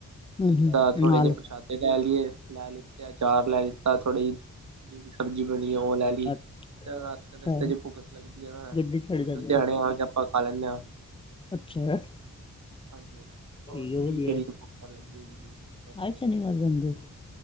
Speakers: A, on the left; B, on the right.
A: ਹਮ
B: ਜਿੱਦਾਂ
A: ਹਮ
B: ਥੋੜੇ
A: ਨਾਲ
B: ਜਿਹੇ ਪ੍ਰਸ਼ਾਦੇ ਲੈ ਲੈ ਲਈਏ ਲੈ ਲਿੱਤੇ ਅਚਾਰ ਲੈ ਲਿੱਤਾ ਥੋੜੀ ਜਿਹੜੀ ਸਬਜ਼ੀ ਬਣੀ ਐ ਓ ਲੈ ਲੀ।
A: ਅੱਛਾ
B: ਤੇ ਰਾਤ ਰਸਤੇ ਚ ਭੁਖ ਲੱਗਦੀ ਐ ਨਾ
A: ਗੱਡੀ ਚੜ ਜਾਂਦੇ
B: ਲੁਦਿਆਣੇਓ
A: ਹੋ
B: ਆ ਕੇ ਆਪਾਂ ਖਾ ਲੈਂਨੇ ਆਂ।
A: ਅੱਛਾ।
B: ਹਾਂਜੀ ਹਾਂਜੀ।
A: ਠੀਕ
B: ਹੋਰ
A: ਹੈ, ਵਧੀਆ
B: ਕੀ ਕਰੀਏ ਭੁਖ ਤਾ ਲੱਗੇਗੀ ਰਸਤੇ
A: ਆਏ
B: ਚ।
A: ਸ਼ਨੀਵਾਰ ਜਾਂਦੇ ਹੋ